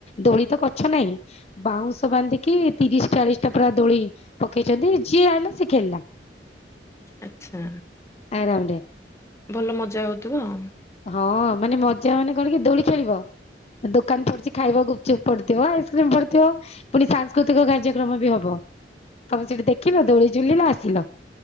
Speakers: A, on the left; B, on the left.
A: ଦୋଳି ତ ଗଛ ନାହିଁ। ବାଉଁଶ ବାନ୍ଧିକି ତିରିଶ ଚାଳିଶ ତା ପୁରା ଦୋଳି ପକେଇଛନ୍ତି ଯିଏ ଆଇଲା ସେ ଖେଳିଲା
B: ଆଛା।
A: ଆରାମରେ
B: ଭଲ ମଜା ହେଉଥିବ ଆଉ
A: ହଁ ମାନେ ମଜା ମାନେ କଣ କି ଦୋଳି ଖେଳିବ? ଦୋକାନ ପଡିଛି ଖାଇବାକୁୁ ଗୁପୁଚୁପ ପଡିଥିବ ଆଇସ୍କ୍ରିମ ପଡିଥିବ ପୁଣି ସାଂସ୍କୃତିକ କାର୍ଯ୍ୟକ୍ରମ ବି ହବ ତମେ ସେଠି ଦେଖିଲ ଦୋଳି ଝୁଲିଲ ଆସିଲ।